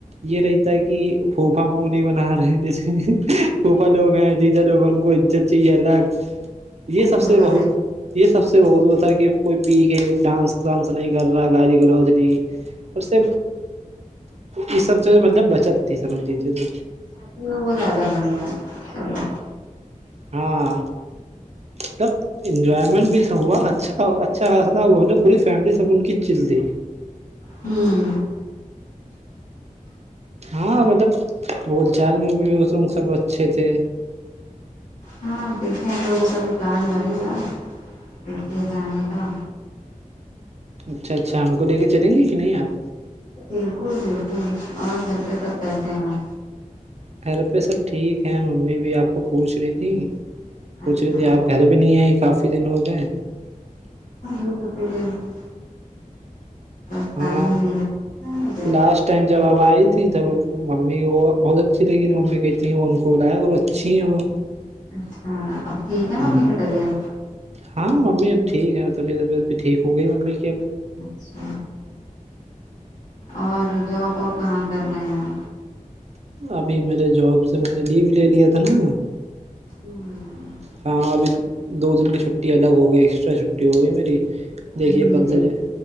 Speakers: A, on the right; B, on the left.
A: یہ رہتا ہے کہ پھوفا منے بنا رہے ہیں جیسے پوپا لوگ ہیں جیجا لوگ ہیں ان کو عزت چاہیے الگ یہ سب
B: وہ
A: سے
B: تو
A: بہت
B: صحیح
A: یہ سب سے بہت وہ تھا کہ کوئی پی کے ڈانس وانس نہیں کر رہا گالی نہیں اس سے یہ سب سے مطلب بچت تھی سمجھ لیجیے تو
B: اتی ہو وہ زیادہ بڑھیا ہے چلو
A: ہاں تو انجوائمنٹ بھی تھا ہوا اچھا اچھا تھا وہ نے پوری فیملی سب ان کی چل دی
B: ہوں
A: ہاں مطلب بول چال میں بھی اس سب اچھے تھے
B: ہاں اب دیکھیے ہم لوگوں کا بھی پلان بنے گا دیکھیے جانے کا
A: اچھا اچھا ہم کو لے کے چلیں گے کہ نہیں آپ
B: بالکل بالکل اور گھر پہ سب کیسے ہیں
A: گھر پہ سب ٹھیک ہے ممی بھی آپ کو پوچھ رہی تھی پوچھ
B: اچھا
A: رہی تھی آپ گھر بھی نہیں آئی کافی دن ہو گئے
B: <inaudible> <inaudible>
A: ہاں لاسٹ ٹائم جب اب آئی تھی تب ممی وہ بہت اچھی لگی تو ممی کہتی وہ ان کو بلایا کر اچھی ہے وہ
B: اچھا اب ٹھیک ہے <inaudible>
A: ہاں ممی اب ٹھیک ہے اور طبیت طبیعت بھی ٹھیک ہو گئی ممی کی اب
B: اچھا اور جاب واب کہاں کر رہے ہیں آپ
A: ابھی میرے جاب سے میں نے لیو لے لیا تھا نا
B: ہوں
A: ہاں ابھی دو دن کی چھٹی الگ ہو گئی ایکسٹرا چھٹی ہو گئی میری
B: جوائن
A: دیکھیے
B: نہیں
A: کل
B: کیا
A: سے جو